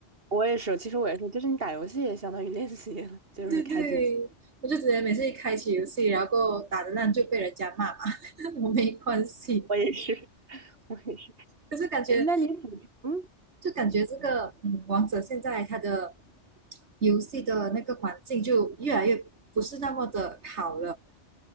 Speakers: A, on the right (about 55°); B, on the right (about 70°).
A: 我也是，其实我也是，就是你打游戏也相当于练习了就是开机。
B: 对对对，
A: <laughs>
B: 我就直接每次一开启游戏，然后打的烂就被人家骂嘛，<laughs> 我没关系。
A: 我也是，<laughs> 我也是。
B: 可是感觉
A: 哎，那你补充
B: 就感觉这个嗯，王者现在它的游戏的那个环境就越来越不是那么的好了，